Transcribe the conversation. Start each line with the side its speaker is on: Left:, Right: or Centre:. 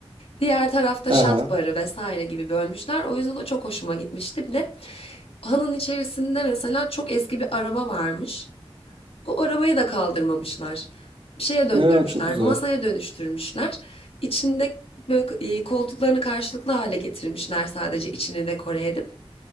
Left: Diğer tarafta şat
Right: Aha.
Left: barı vesaire gibi bölmüşler. O yüzden o çok hoşuma gitmişti. Bir de hanın içerisinde mesela çok eski bir araba varmış. O arabayı da kaldırmamışlar. Şeye döndürmüşler,
Right: Ya, çok güzel.
Left: masaya dönüştürmüşler. İçinde böyle e, koltuklarını karşılıklı hale getirmişler sadece içini dekore edip.